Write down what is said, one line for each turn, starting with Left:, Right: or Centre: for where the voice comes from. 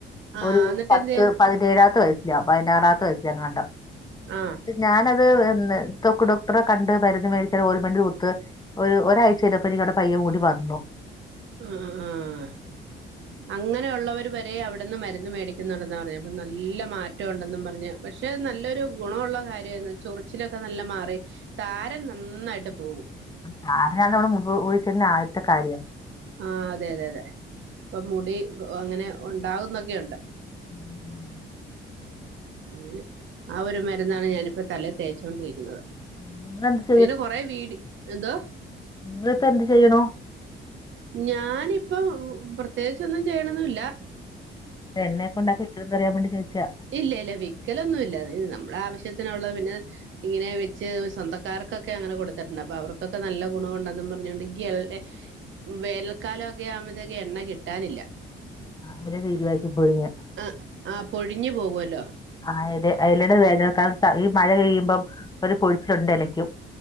Right: ആ
Left: ഒരു
Right: എന്നിട്ട്
Left: പത്ത്
Right: എന്ത് ചെയ്ത്
Left: പതിനേഴാമത്തെ വയസ്സിലാ പതിനാറാമത്തെ വയസ്സിലാ എങ്ങാണ്ടോ.
Right: ആ
Left: ഞാനത് വന്ന് തൊക്ക് ഡോക്ടറെ കണ്ട് മരുന്ന് മേടി ഓൽമെന്റ് കുത്ത് ഒരു ഒരാഴ്ചയപ്പോ പയ്യെ മുടി വന്നു
Right: അഹ് ആഹ് അങ്ങനെയുള്ളവര് വരെ അവിടുന്ന് മരുന്ന് മേടിക്കുന്നുണ്ടെന്നാ പറഞ്ഞെ അപ്പൊ നല്ല മാറ്റ ഉണ്ടെന്നും പറഞ്ഞ് പക്ഷെ ത് നല്ലൊരു ഗുണമുള്ള കാര്യായിരുന്നു ചൊറിച്ചിലൊക്കെ നല്ല മാറി. താരൻ നന്നായിട്ട് പോകും.
Left: താരനാണ് നമ്മടെ മുടി കൊ കോഴിച്ചിൽ ന്റെ ആദ്യത്തെ കാര്യം
Right: ആഹ് അതെ അതെ അതെ ഇപ്പൊ മുടി അങ്ങനെ ഉണ്ടാവുന്നൊക്കെയുണ്ട്.
Left: ഉം ഉം
Right: അങ്ങനെ. ആ ഒരു മരുന്നാണ് ഞാനിപ്പോ തലെ തേച്ചൊണ്ടിരിക്കുന്നത്.
Left: ഉം നിങ്ങെളെന്ത്
Right: അ യിന്ന് കൊറെ വീടി എന്തോ
Left: നിങ്ങളിപ്പോ എന്ത് ചെയ്യ്ണു?
Right: ഞാനിപ്പം. പ്രത്യേകിച്ചൊന്നും ചെയ്യ്ണൊന്നുല്ല
Left: എണ്ണക്കെണ്ടാക്കിട്ടൊ ന്നറിയാൻ വേണ്ടി ചോദിച്ചാ
Right: ഇല്ല യില്ല. വിക്കലൊന്നു ഇല്ല. പിന്നെ നമ്മളെ ആവശ്യത്തിനുള്ള പിന്നെ ഇങ്ങനെ വെച്ച് സ്വന്തക്കാർക്കൊക്കെ അങ്ങനെ കൊടുത്തിട്ടുണ്ട് അപ്പൊ അവർക്കൊക്കെ നല്ല ഗുണ ഉണ്ടെന്നും പറഞ്ഞോണ്ട് <unintelligible> വേനൽക്കാലൊ ഒക്കെ ആവുമ്പത്തേക്ക് എണ്ണ കിട്ടാനില്ല.
Left: പിന്നെ <unintelligible> പോയീന്യോ?
Right: അഹ് ആഹ് പൊഴിഞ്ഞു പോകുവല്ലോ
Left: ആഹ് ഇത് അയ്ല്ട് വേനൽക്കാലത്താ ഈ മഴ പെയ്യുമ്പം ഒരു കൊഴിച്ചുംണ്ട് എലയ്ക്കും